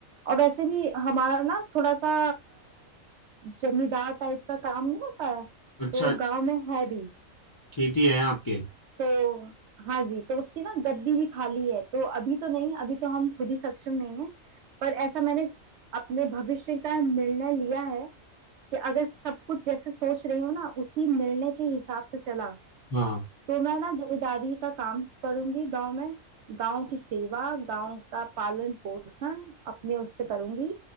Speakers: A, on the right; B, on the left.
A: और वैसे भी हमारा ना थोड़ा सा जमींदार टाइप का काम नहीं होता है तो
B: अच्छा
A: गांव में है भी
B: खेती है आपके
A: तो हाँ जी तो उसकी ना गद्दी भी खाली है तो अभी तो नहीं अभी तो हम खुद ही सक्षम नहीं है पर ऐसा मैंने अपने भविष्य का निर्णय लिया है कि अगर सब कुछ जैसे सोच रही हूँ ना उसी निर्णय के हिसाब से चला
B: हाँ
A: तो मैं ना जमींदारी का काम करूंगी गांव में गांव की सेवा गांव का पालन पोषण अपने उससे करूंगी